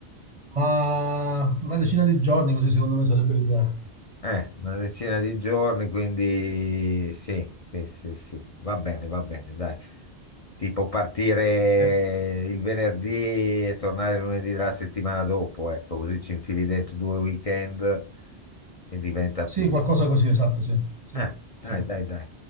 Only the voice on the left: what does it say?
Eh, una decina di giorni, quindi sì, sì, sì, sì, va bene, va bene, dai. Tipo partire
il venerdì e tornare lunedì della settimana dopo, ecco, così ci infili dentro due weekend e diventa
più...
Ah, dai,
dai, dai.